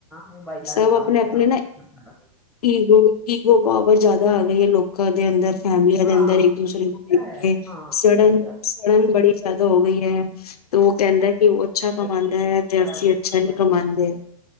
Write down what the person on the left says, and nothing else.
ਸਭ
ਆਪਣੇ ਆਪਣੇ
ਨਾ
ਈਗੋ ਈਗੋ ਪਾਵਰ ਜ਼ਿਆਦਾ ਆ ਗਈ ਹੈ ਲੋਕ ਦੇ ਅੰਦਰ ਫੈਮਲੀਆਂ
ਦੇ ਅੰਦਰ ਇੱਕ ਦੂਸਰੇ ਕੋ
ਦੇਖ
ਕੇ
ਸੜਨ
ਸੜਨ ਬੜੀ ਜਿਆਦ ਹੋ ਗਈ ਹੈ ਤੇ ਉਹ ਕਹਿੰਦਾ ਕਿ
ਉਹ ਅੱਛਾ ਕਮਾਉਂਦਾ
ਹੈ
ਤੇ
ਅਸੀਂ ਅੱਛਾ ਨਹੀਂ
ਕਮਾਉਂਦੇ